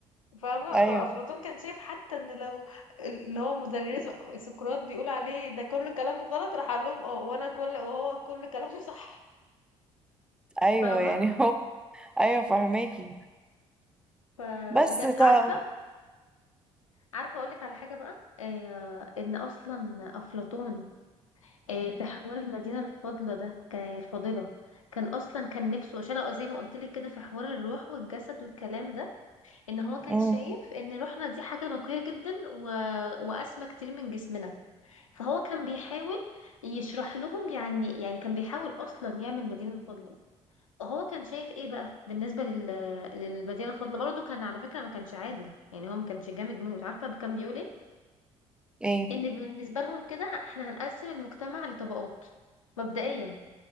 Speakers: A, on the left; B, in the centre.
A: فاهمة
B: ايوه
A: فأفلاطون كان شايف حتى إن لو اللي هو مدرسه سقراط بيقول عليه ده كل كلامه غلط راح قال لهم اه وأنا كل وهو كل كلامه صح
B: ايوه
A: فاهمة
B: يعني هو <laughs> ايوه فهماكي
A: فبجد
B: بس طب
A: عارفة عارفه اقول لك على حاجه بقى آه ان اصلا افلاطون آه في حوار المدينه الفاضله ده كان الفاضله كان اصلا كان نفسه شرقه زي ما قلت لك كده في حوار الروح والجسد والكلام ده ان هو كان
B: مم.
A: شايف ان روحنا دي حاجه نقيه جدا و... واسمى كتير من جسمنا فهو كان بيحاول يشرح لهم يعني يعني كان بيحاول اصلا يعمل مدينه الفاضله هو كان شايف ايه بقى بالنسبه لل... للمدينه الفاضله برضه كان على فكره ما كانش عادل يعني هو ما كانش جامد موت عارفه كان بيقول ايه
B: ايه
A: ان بالنسبه لهم كده ه- احنا هنقسم المجتمع لطبقات مبدئيا